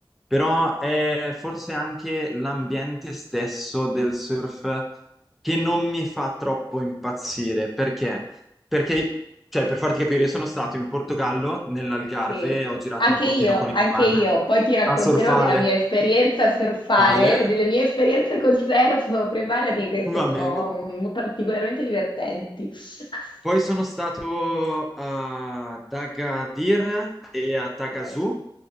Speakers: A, in the centre; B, on the left.
A: però è forse anche l'ambiente stesso del surf che non mi fa troppo impazzire, perché? Perché, cioè, per farti capire, io sono stato in Portogallo, nell'Algarve,
B: Sì,
A: ho girato
B: anche
A: un pochino
B: io,
A: con il
B: anche
A: van
B: io. Poi ti racconterò
A: a surfare.
B: della mia esperienza a surfare,
A: Vale,
B: delle mie esperienze col surf. Preparati che sono
A: va <laughs> bene.
B: mm, particolarmente divertenti. <laughs>
A: Poi sono stato a Dagadir e a
B: Ok,
A: Tagazù,